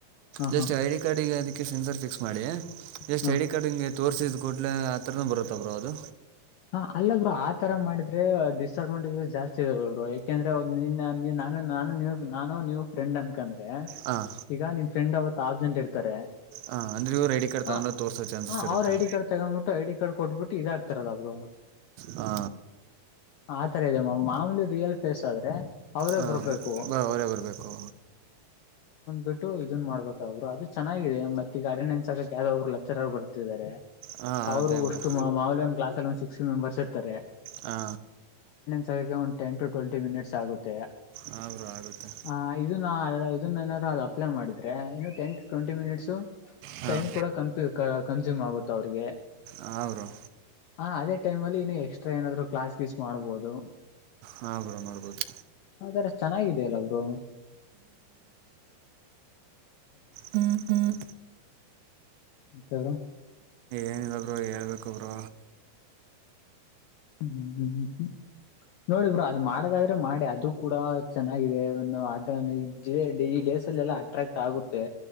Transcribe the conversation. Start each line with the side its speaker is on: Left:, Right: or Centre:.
Left: ಹಾ
Right: ಜಸ್ಟ್
Left: ಹಾ
Right: ಐಡಿ ಕಾರ್ಡ್ ಈಗ ಅದಕ್ಕೆ ಸೆನ್ಸರ್ ಫಿಕ್ಸ್ ಮಾಡಿ ಜಸ್ಟ್
Left: ಹಾ
Right: ಐ ಡಿ ಕಾರ್ಡ್ ಹಿಂಗೆ ತೋರ್ಸಿದ್ ಕೂಡ್ಲೆ ಆಥರನು ಬರುತ್ತ ಬ್ರೋ ಅದು.
Left: ಹಾ ಅಲ್ಲ ಬ್ರೋ ಆತರ ಮಾಡಿದ್ರೆ ಡಿಸ್ಅಡ್ವಾಂಟೇಜಸ್ ಜಾಸ್ತಿ ಇದೆ ಬ್ರೋ ಯಾಕೆಂದ್ರೆ ಅವ್ರ್ ನಿನ್ನ ನಿನ್ನ ನಾನ್ ನಾನು ನಿನು ನಾನು ನೀವು ಫ್ರೆಂಡ್ ಅನ್ಕಂದ್ರೆ
Right: ಹಾಂ
Left: ಈಗ ನಿಮ್ ಫ್ರೆಂಡ್ ಅವತ್ತು ಆಬ್ಸೆಂಟ್ ಇರ್ತಾರೆ.
Right: ಹಾಂ ಅಂದರೆ ಇವ್ರು ಐ ಡಿ ಕಾರ್ಡ್
Left: ಹಾ
Right: ತಗೊಂಡು ತೋರಿಸೋ ಚಾನ್ಸಸ್
Left: ಹ
Right: ಇರುತ್ತೆ
Left: ಅವ್ರ ಐ ಡಿ ಕಾರ್ಡ್ ತಗೊಂಡ್ಬಿಟ್ಟು ಐ ಡಿ ಕಾರ್ಡ್ ಕೊಟ್ಬಿಟ್ಟು ಇದಾಗ್ ತರಲ್ಲ ಬ್ರೋ.
Right: ಹಾ
Left: ಆತರ ಇದೆಮ ಮಾಮೂಲಿ ರಿಯಲ್ ಫೇಸ್ ಆದ್ರೆ ಅವರೇ
Right: ಹಾಂ
Left: ಬರ್ಬೇಕು
Right: ಬ ಅವರೇ ಬರಬೇಕು.
Left: ಬಿಟ್ಟು ಇದನ್ ಮಾಡ್ಬೇಕ್ ಆದ್ರು ಅದು ಚೆನ್ನಾಗಿದೆ ಮತ್ ಈಗ ಅಟೆಂಡೆನ್ಸ್ ಹಾಕಕ್ ಯಾರೊ ಒಬ್ರು ಲೆಚರರ್ ಬರ್ತಿದ್ದಾರೆ.
Right: ಹಾಂ
Left: ಅವ್ರು
Right: ಅದೇ ಬ್ರೋ
Left: ಅಷ್ಟು ಮಾ ಮಾಮೂಲಿ ಒಂದು ಕ್ಲಾಸಲ್ ಒಂದ್ ಸಿಕ್ಸ್ಟಿ ಮೆಂಬರ್ಸ್ ಇರ್ತಾರೆ.
Right: ಹಾ
Left: ಕರಿಯಕ್ಕೆ ಒಂದ್ ಟೆನ್ ಟು ಟ್ವೆಂಟಿ ಮಿನಿಟ್ಸ್ ಆಗುತ್ತೆ
Right: ಹಾಂ ಬ್ರೋ ಆಗುತ್ತೆ
Left: ಆ ಇದುನಾ ಇದನ್ನೆನಾದ್ರು ಅದ್ ಅಪ್ಲೈ ಮಾಡಿದ್ರೆ ಇನ್ನು ಟೆನ್ ಟು ಟ್ವೆಂಟಿ ಮಿನಿಟ್
Right: ಹಾಂ
Left: ಟೈಮ್ ಕೂಡ ಕನ್ಫ್ಯೂ ಕನ್ಸ್ಯೂಮ್ ಆಗುತ್ ಅವ್ರಿಗೆ
Right: ಹಾಂ ಬ್ರೋ
Left: ಹ ಅದೇ ಟೈಮ್ ಅಲ್ಲಿ ಇನ್ನು ಎಕ್ಸ್ಟ್ರಾ ಏನಾದ್ರು ಕ್ಲಾಸ್ ಗೀಸ್ ಮಾಡ್ಬೋದು.
Right: ಹಾಂ ಬ್ರೋ ಮಾಡ್ಬೋದು
Left: ಆದರೆ ಅಷ್ ಚೆನ್ನಾಗಿದೆಯಲ್ಲ ಬ್ರೊ
Right: ಹ್ಮ್ ಹ್ಮ್
Left: ಮತ್ತೆಗ್ರ
Right: ಏನಿಲ್ಲ ಬ್ರೋ ಹೇಳ್ಬೇಕು ಬ್ರೋ
Left: ಊ ಹ್ಮ್ ನೋಡಿ ಬ್ರೊ ಅದು ಮಾಡದಾದ್ರೆ ಮಾಡಿ ಅದು ಕೂಡ ಚೆನ್ನಾಗಿದೆ ಏನ್ ಅದನ್ ಜಿ ಐ ಡಿ ಗೆ ಸಲೆಲ್ಲ ಅಟ್ರಾಕ್ಟ್ ಆಗುತ್ತೆ.